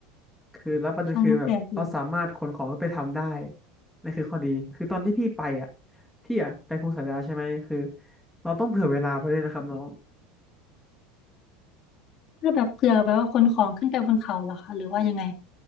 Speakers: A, in the centre; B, on the left (about 35°).
A: คือแล้วประเด็นคือแบบเราสามารถขนของขึ้นไปทำได้
B: ฟังดูแปลกอยู่
A: นั่นคือข้อดีคือตอนที่พี่ไปอ่ะพี่อ่ะไปภูสอยดาวใช่ไหมคือเราต้องเผื่อเวลาไปด้วยนะครับน้อง
B: แล้วแบบเผื่อแบบว่าคนของขึ้นไปบนเขาเหรอคะหรือว่ายังไง